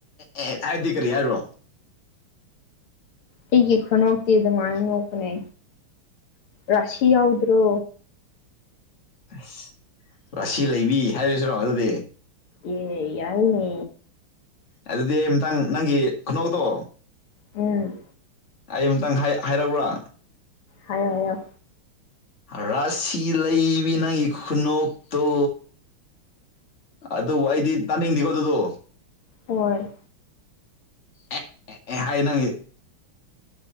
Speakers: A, on the left; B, on the left.
A: ꯑꯦ ꯍꯥꯏꯗꯤ ꯀꯔꯤ ꯍꯥꯏꯔꯣ
B: ꯑꯩꯒꯤ ꯈꯨꯅꯣꯛꯇꯤ ꯑꯗꯨꯃꯥꯏꯅ ꯅꯣꯛꯄꯅꯦ ꯔꯥꯁꯤ ꯌꯥꯎꯗ꯭ꯔꯣ
A: ꯑꯁ ꯔꯁꯤ ꯂꯩꯕꯤ ꯍꯥꯏꯔꯁꯤꯔꯣ ꯑꯗꯨꯗꯤ
B: ꯑꯦ ꯌꯥꯏ ꯅꯦ
A: ꯑꯗꯨꯗꯤꯥ ꯃꯊꯪꯪꯅꯪꯒꯤ ꯈꯨꯅꯣꯛꯇꯣ
B: ꯎꯝ
A: ꯑꯩ ꯑꯃꯨꯛꯇꯪ ꯍꯥꯏꯔꯛꯎꯔꯥ
B: ꯍꯥꯏꯌꯣ ꯍꯥꯏꯌꯣ
A: ꯔꯥꯁꯤ ꯂꯩꯕꯤ ꯅꯪꯒꯤ ꯈꯨꯅꯣꯛꯇꯨ ꯑꯗꯨꯕꯨ ꯑꯩꯗꯤ ꯇꯥꯅꯤꯡꯗꯦꯀꯣ ꯑꯗꯨꯗꯣ
B: ꯍꯣꯏ
A: ꯑꯦ ꯑꯦ ꯑꯦ ꯍꯥꯏ ꯅꯪ